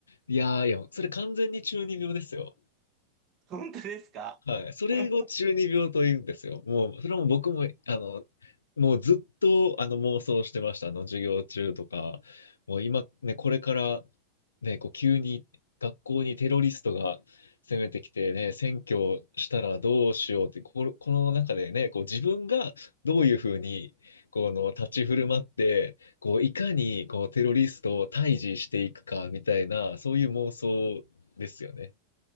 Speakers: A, on the left; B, on the right.
A: いやー、いや、それ完全に中二病ですよ。
B: 本当ですか
A: はい。それを中二病と言うんですよ。
B: <laughs>
A: もう、それも僕も、あの、もうずっと、あの、妄想してました。あの、授業中とか。もう今、ね、これから、ね、こう、急に学校にテロリストが攻めてきてね、占拠したらどうしようって、この、この中でね、こう、自分がどういうふうに、この、立ち振る舞って、こう、いかに、こう、テロリストを退治していくか、みたいな、そういう妄想ですよね。